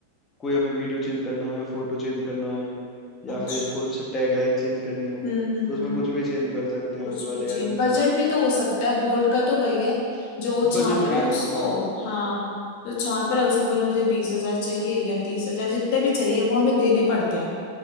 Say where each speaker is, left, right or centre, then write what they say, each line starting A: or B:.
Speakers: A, on the left; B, on the left.
A: कोई हमें वीडियो चेंज करना है फोटो चेंज करना है या
B: अच्छा
A: फिर कुछ टैगलाइन चेंज करनी है
B: हम्म हम्म
A: तो उसमें
B: हम्म,
A: कुछ भी चेंज कर सकते हैं
B: कुछ
A: उस
B: कुछ
A: वाले
B: चेंज
A: ऐड में
B: बजट भी तो हो सकता है बोर्ड का तो वही है जो छाप
A: बजट
B: रहा
A: भी
B: है उसको
A: हाँ
B: हाँ जो छाप रहा है उसने बोला मुझे बीस हजार चाहिए या तीस हजार जितने भी चाहिए वो हमें देने पड़ते हैं